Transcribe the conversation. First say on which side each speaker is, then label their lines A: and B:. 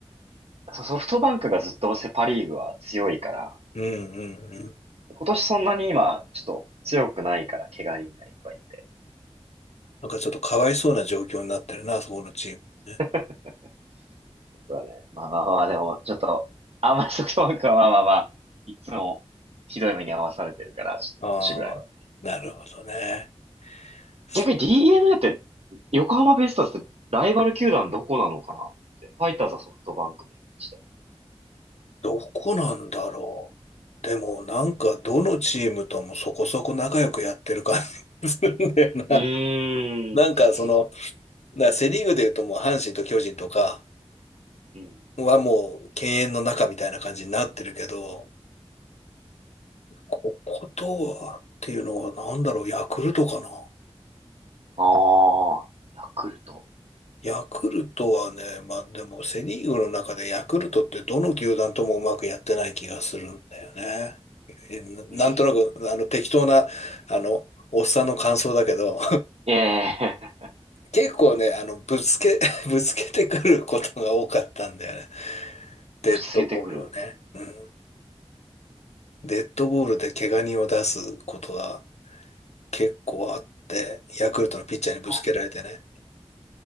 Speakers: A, on the right; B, on the left.
A: そうソフトバンクがずっとせパリーグは強いから、
B: うんうんうん。
A: 今年そんなに今、ちょっと強くないから、怪我人がいっぱいいて。
B: なんかちょっとかわいそうな状況になってるな、そこのチームね。
A: <laughs> そうだね。まあまあまあ、でも、ちょっと、あんまりソフトバンクはまあまあまあ、いつもひどい目に遭わされてるから、ちょっと今年ぐらいは。
B: ああ、なるほどね。そ
A: 逆に d n a って、横浜ベイスターズってライバル球団どこなのかなって。ファイターズはソフトバンクのイメージだけ
B: どこなんだろう。でもなんかどのチームともそこそこ仲良くやってる感じするんだよな。
A: ど。うーん。
B: <laughs> なんかその、なセリーグで言うともう阪神と巨人とか
A: うん。
B: はもう敬遠の中みたいな感じになってるけど、こことはっていうのはなんだろう、ヤクルトかな。
A: ああ、ヤクルト。
B: ヤクルトはね、まあでもセ・リーグの中でヤクルトってどの球団ともうまくやってない気がするんだよね。えななんとなくあの適当なあのおっさんの感想だけど
A: うんええ
B: <laughs> 結構ねあのぶつけ <laughs> ぶつけてくることが多かったんだよね。デッドボールをね。
A: <laughs> ぶつけてくる。
B: うん、デッドボールで怪我人を出すことが結構あってヤクルトのピッチャーにぶつけられてね。
A: あ